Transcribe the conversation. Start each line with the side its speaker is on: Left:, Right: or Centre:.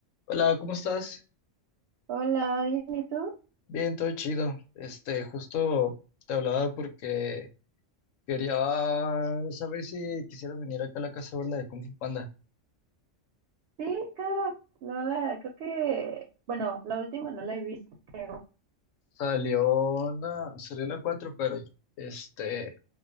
Left: Hola, ¿cómo estás?
Right: Hola, bien, ¿y tú?
Left: Bien, todo chido. Este, justo te hablaba porque quería saber si quisieras venir acá a la casa a ver la de Kung Fu Panda.
Right: Sí, cara, no la, creo que, bueno, la última no la he visto, creo.
Left: Salió la, salió la 4, pero este,